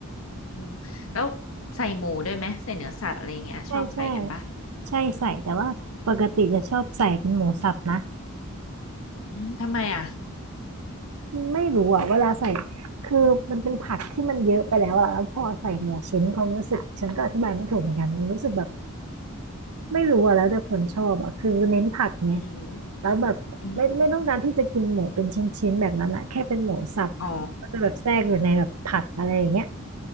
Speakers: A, on the left; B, on the right.
A: อืมแล้วใส่หมูด้วยไหมใส่เนื้อสัตว์อะไรเงี้ยชอบใส่กันปะ
B: ใช่ใช่ ใช่ใส่แต่ว่าปกติจะชอบใส่เป็นหมูสับนะ
A: อืมทำไมอ่ะ
B: ไม่รู้อ่ะเวลาใส่คือมันเป็นผักที่มันเยอะไปแล้วอะแล้วพอใส่หมูชิ้นความรู้สึกฉันก็อธิบายไม่ถูกเหมือนกันมันรู้สึกแบบไม่รู้อ่ะแล้วแต่คนชอบอ่ะคือเน้นผักไง
A: อืม
B: แล้วแบบไม่ไม่ต้องการที่จะกินหมูเป็นชิ้นๆแบบนั้นอะแค่เป็นหมูสับ
A: อืมอ๋อ
B: ก็จะแบบแทรกอยู่ในแบบผักอะไรอย่างเงี้ย